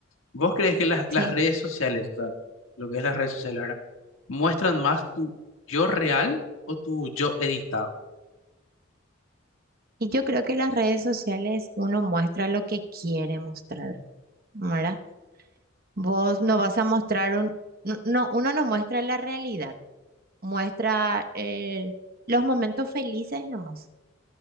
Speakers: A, on the left; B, on the right.
A: ¿vos crees que las,
B: sí.
A: las redes sociales, o sea, lo que es las redes sociales, ¿verdad? ¿Muestran más tu yo real o tu yo editado?
B: Y yo creo que las redes sociales uno muestra lo que quiere mostrar, ¿verdad? Vos no vas a mostrar un... No, no, uno no muestra la realidad, muestra eh, los momentos felices nomás,